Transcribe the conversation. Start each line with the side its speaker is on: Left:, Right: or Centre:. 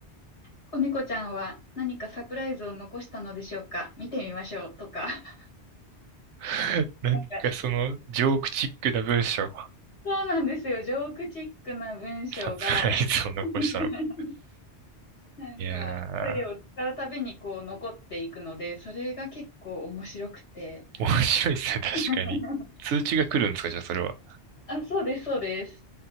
Left: 子猫ちゃんは何かサプライズを残したのでしょうか見てみましょうとか。<laughs>
Right: <laughs> なんかその、
Left: なんか
Right: ジョークチックな文章、
Left: そうなんですよ。ジョークチックな文章が、
Right: サプライズを残したのか。
Left: <laughs> なんか、
Right: いやー、
Left: トイレを使うたびにこう残っていくので、それが結構面白くて。
Right: 面白いですね、確かに。
Left: <laughs>
Right: 通知が来るんですか、じゃあそれは。
Left: あ、そうです、そうです。